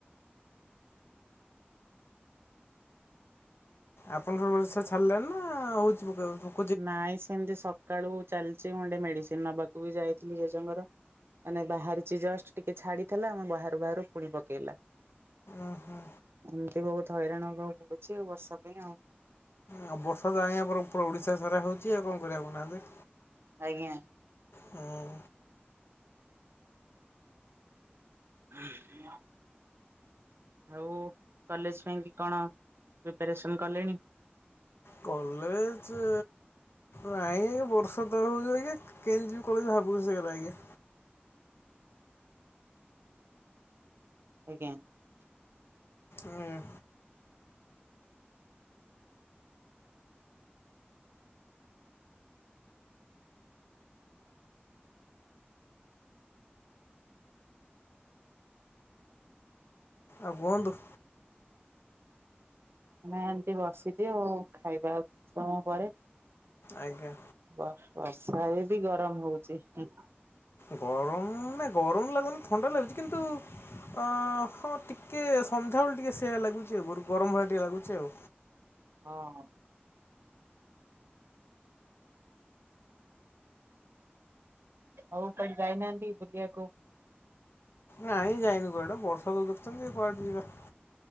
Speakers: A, on the left (about 75°); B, on the right (about 70°).
A: ଆପଣଙ୍କର ବର୍ଷା ଛାଡିଲାଣି ନା ହୋଉଛି <unintelligible>
B: ନାଇଁ ସେମିତି ସକାଳୁ ଚାଲିଛି ମୁଁ ଟିକେ ମେଡିସିନ ନବାକୁ ବି ଯାଇଥିଲି ଜେଜେଙ୍କର। ମାନେ ବାହାରିଛି ଜଷ୍ଟ ଟିକେ ଛାଡିଥିଲା ମୁ ବାହାରୁ ବାହାରୁ ପୁଣି ପକେଇଲା।
A: ଓ ହୋ
B: ଏମତି ବୋହୁତ ହଇରାଣ ହବାକୁ ପଡୁଛି ଆଉ ବର୍ଷା ପାଇଁ ଆଉ।
A: ଆଉ ବର୍ଷା ଜାଇଁ ଆମର ପୁରା ଓଡ଼ିଶା ସାରା ହୋଉଛି ଆଉ କଣ କରିବା କହୁନାହାଁନ୍ତି।
B: ଆଜ୍ଞା
A: ହଁ
B: <inaudible> ଆଉ କଲେଜ ପାଇଁ କି କଣ ପ୍ରିପାରେସନ୍ କଲେଣି?
A: କଲେଜ ନାହିଁ ବର୍ଷା ତ ହେଉଛି ଟିକେ। କେମିତି ଜିମି କଣ ଭାବୁଚି ସେ କଥା ଆଜ୍ଞା।
B: ଆଜ୍ଞା
A: ହୁଁ। ଆଉ କୁଅନ୍ତୁ?
B: ଆମେ ଏମତି ବସିଚୁ ଖାଇବା ଆଉ କିଛି ସମୟ ପରେ।
A: ଆଜ୍ଞା।
B: ବର୍ଷ ବର୍ଷାରେ ବି ଗରମ ହୋଉଚି।
A: ଗରମ ନା ଗରମ ଲାଗୁନି ଥଣ୍ଡା ଲାଗୁଛି କିନ୍ତୁ ଅ ହଁ ଟିକେ ସଂଧ୍ୟାବେଳେ ଟିକେ ସେୟା ଲାଗୁଛି ଗର ଗରମ ଭଳିଆ ଟିକେ ଲାଗୁଚେ ଆଉ।
B: ହଁ। ଆଉ କୁଆଡେ ଯାଇନାହାନ୍ତି ବୁଲିଆକୁ?
A: ନାଇଁ ଯାଇନି କୁଆଡେ, ବର୍ଷା ତ ଦେଖୁଚନ୍ତି କୁଆଡେ ଯିବା।